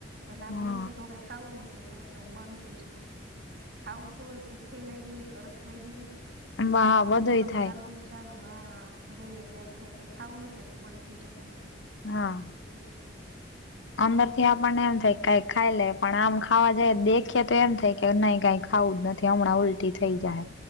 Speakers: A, on the right (about 65°); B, on the left (about 75°).
A: એટલે આપડે
B: હા
A: એમ થાઇ કાંઈ કે ખાવું જ નથી, એટલે બંધ થઈ છે, ખાવું તો હોય. ભુખે લાગી હોય, તરસ લાગી હોય. પણ
B: હા બધુંય
A: એમનમ
B: થાય
A: ચાલુ- ચાલુ હારેય એટલે એમ થાય કંઈ ખાવું નથી, એટલે બંધ થઈ. થઈ જાય ઉલટી
B: હા
A: એવું થાય.
B: અંદરથી આપણને એમ થાય કંઈ ખાઈલે પણ આમ ખાવા જાય દેખીએ તો એમ થાય કે નહી કંઈક- ખાવું જ નથી હમણાં ઉલટી થઈ
A: હા
B: જાહે.